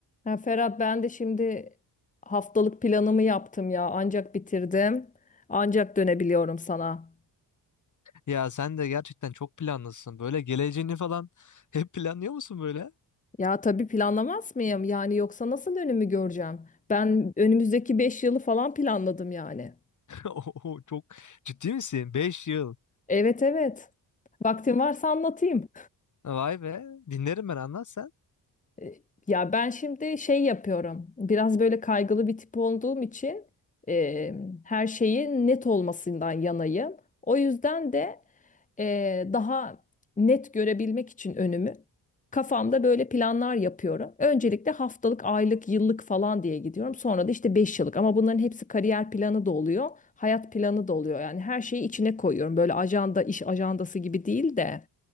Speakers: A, on the left; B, on the left.
A: Ya Ferhat ben de şimdi haftalık planımı yaptım ya. Ancak bitirdim. Ancak dönebiliyorum sana.
B: Ya sen de gerçekten çok planlısın. Böyle geleceğini falan hep planlıyor musun böyle?
A: Ya tabii planlamaz mıyım? Yani yoksa nasıl önümü göreceğim? Ben önümüzdeki 5 yılı falan planladım yani.
B: <laughs> Oo, çok ciddi misin? Beş yıl.
A: Evet evet. Vaktin varsa anlatayım.
B: Vay be. Dinlerim ben anlat sen.
A: E, Ya ben şimdi şey yapıyorum. Biraz böyle kaygılı bir tip olduğum için e, her şeyin net olmasından yanayım. O yüzden de e, daha net görebilmek için önümü kafamda böyle planlar yapıyorum. Öncelikle haftalık, aylık, yıllık falan diye gidiyorum. Sonra da işte 5 yıllık ama bunların hepsi kariyer planı da oluyor, hayat planı da oluyor. Yani her şeyi içine koyuyorum. Böyle ajanda, iş ajandası gibi değil de